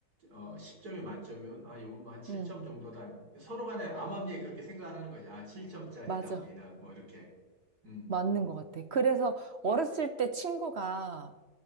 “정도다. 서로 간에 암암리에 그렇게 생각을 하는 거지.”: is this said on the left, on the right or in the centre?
Right